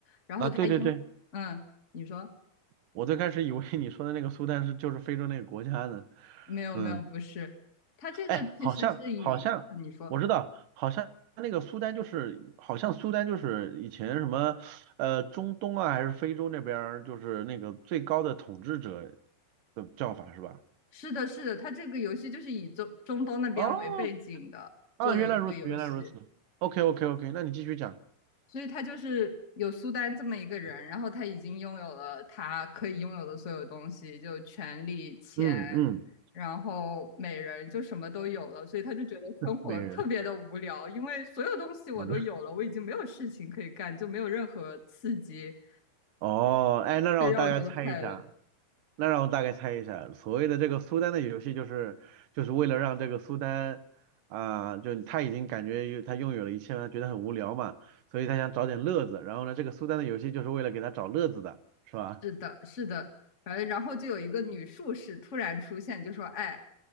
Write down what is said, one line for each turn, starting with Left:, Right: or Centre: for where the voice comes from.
Left: 然后它因为嗯，
Right: 啊，对对对，
Left: 你说
Right: 我最开始以为你说的那个苏丹是就是非洲那个国家呢。
Left: 没有没有不是，
Right: 嗯，
Left: 它这个其实是以你说
Right: 哎，好像好像我知道，好像那个苏丹就是好像苏丹就是以前什么呃中东啊还是非洲那边儿就是那个最高的统治者的叫法是吧？
Left: 是的是的，它这个游戏就是以中中东那边为背景的做的一个游戏，
Right: 哦啊，原来如此，原来如此。o k o k o k 那你继续讲。
Left: 所以他就是有苏丹这么一个人，然后他已经拥有了他可以拥有的所有东西，就权力、钱，
Right: 嗯嗯，
Left: 然后美人，就什么都有了，所以他就觉得生活特别的无聊，
Right: 美人，
Left: 因为所有东西我都有了，
Right: 好的。
Left: 我已经没有事情可以干，就没有任何刺激
Right: 哦，哎，那让我大概猜一下，
Left: 可以让我觉得快乐。
Right: 那让我大概猜一下，所谓的这个苏丹的游戏，就是就是为了让这个苏丹啊、就他已经感觉他拥有了一切，他觉得很无聊嘛，所以他想找点乐子。然后呢，这个苏丹的游戏就是为了给他找乐子的，是吧？
Left: 是的，是的，反正然后就有一个女术士突然出现，就说：“哎，